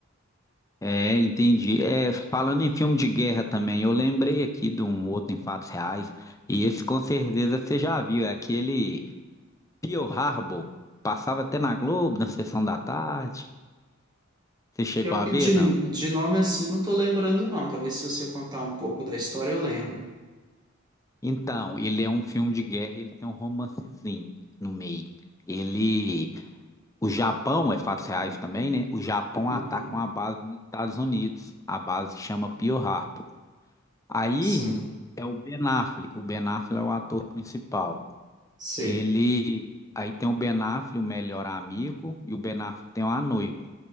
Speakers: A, on the left; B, on the right.
A: É, entendi. É, falando em filme de guerra também, eu lembrei aqui de um outro em fatos reais. E esse com certeza você já viu, é aquele Pearl Harbor. Passava até na Globo, na sessão da tarde. Você chegou
B: Pior
A: a
B: que
A: ver,
B: de,
A: não?
B: de nome assim, não tô lembrando, não. Talvez se você contar um pouco da história, eu lembro.
A: Então, ele é um filme de guerra, ele tem um romancezinho no meio. Ele, o Japão, é fatos reais também, né? O Japão
B: Uhum,
A: ataca uma base nos Estados Unidos. A base chama Pearl Harbor. Aí
B: Sim,
A: é o Ben Affleck. O Ben Affleck é o ator principal.
B: sei.
A: Ele, aí tem o Ben Affleck, o melhor amigo, e o Ben Affleck tem uma noiva.